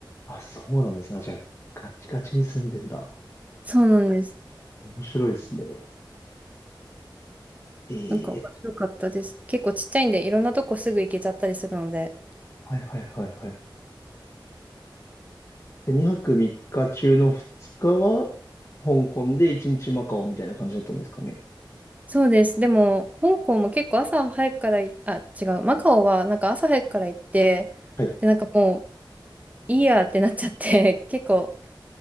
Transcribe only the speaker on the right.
そうなんです。
なんか面白かったです。結構ちっちゃいんで、いろんなとこすぐ行けちゃったりするので。
そうです。でも、香港も結構朝早くからい、あ、違う。マカオはなんか朝早くから行って、
で、なんかもう、いいやってなっちゃって、<laughs> 結構